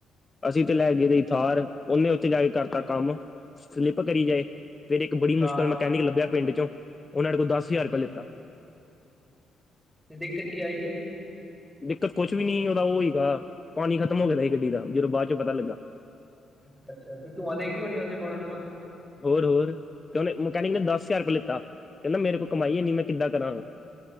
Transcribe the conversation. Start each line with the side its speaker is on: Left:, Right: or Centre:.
Left: ਅਸੀ ਤੇ ਲੈ ਗਏ ਸੀ ਥਾਰ, ਉਹਨੇ ਉਥੇ ਜਾ ਕੇ
Centre: ਅੱਛਾ
Left: ਕਰਤਾ ਕਮ ਫਲਿੱਪ ਕਰੀਂ ਜਾਏਂ, ਫ਼ਿਰ ਇੱਕ ਬੜੀ ਮੁਸ਼ਿਕਲ
Centre: ਹਾਂ
Left: ਮਕੈਨਿਕ ਲੱਭਿਆਂ ਪਿੰਡ ਚੋਂ ਉਹਨਾਂ ਨੇ ਕੋਲ ਦਸ
Centre: ਅੱਛਾ
Left: ਹਜ਼ਾਰ
Centre: ਅੱਛਾ,
Left: ਰੁਪਇਆ ਲਿੱਤਾ
Centre: ਤੇ ਦਿੱਕਤ ਕੀ ਆਈ ਸੀ?
Left: ਦਿੱਕਤ ਕੁਛ ਵੀ ਨੀ ਉਹਦਾ ਉਹ ਹੀਗਾ, ਪਾਣੀ ਖ਼ਤਮ ਹੋ ਗਿਆਦਾ ਗੱਡੀ ਦਾ, ਜਦੋਂ ਬਾਅਦ ਚੋਂ ਪਤਾ ਲੱਗਾ।
Centre: ਅੱਛਾ ਅੱਛਾ, ਤੇ ਤੂੰਆ ਦੇਗੀ ਹੋਣੀ ਉਹ ਤੇ, ਬੋਨਟ ਤੋਂ?
Left: ਹੋਰ ਹੋਰ, ਤੇ ਉਹਨੇ ਮਕੈਨਿਕ ਨੇ ਦੱਸ ਹਜ਼ਾਰ ਰੁਪਏ ਲਿੱਤਾ, ਕਹਿੰਦਾ ਮੇਰੇ ਕੋਲ ਕਮਾਈ
Centre: ਅੱਛਾ
Left: ਐਨੀ ਮੈਂ ਕਿੱਦਾਂ ਕਰਾਂਗਾ।